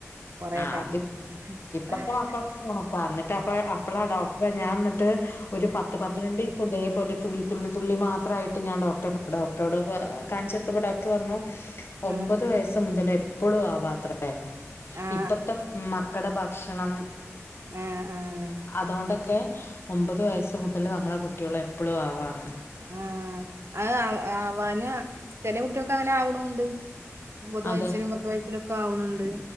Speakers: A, on the right (about 55°); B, on the left (about 50°).
A: കൊറേ
B: ആഹ്
A: കരഞ്ഞ്
B: അത്
A: <unintelligible>
B: ഇപ്പത്തെ മക്കളൊക്കെ എന്നിട്ട് അപ്പ അപ്പളാ ഡോക് <unintelligible> ഞാൻ ഇന്നട്ട് ഒരു പത്ത് പന്ത്രണ്ട് ഇപ്പോ ഇതേപോലെ തുള്ളി തുള്ളി തുള്ളി മാ എത്ര ആയിട്ടും ഞാൻ ഡോക്ടറെ ഡോക്ടറോട് കാണിച്ചെടുത്തപ്പോൾ ഡോക്ടർ പറഞ്ഞു ഒമ്പത്
A: ആഹ്
B: വയസ് മുതൽ എപ്പോളും ആവാത്രേ
A: ആഹ
B: ഇപ്പത്തെ മക്കടെ ഭക്ഷണം
A: ആഹ് ആഹ്
B: അതുകൊണ്ടൊക്കെ ഒമ്പത് വയസ്സ് മുതൽ നമ്മളെ കുട്ടികൾ എപ്പോളും ആവാണ്
A: ആഹ് അത് ആവ ആവാന് ചെല കുട്ടികൾക്ക് അങ്ങനെ ആവണുണ്ട് ഒമ്പത് വയസ്സിലും
B: അതെ
A: പത്ത് വയസിലൊക്കെ ആവണണ്ട്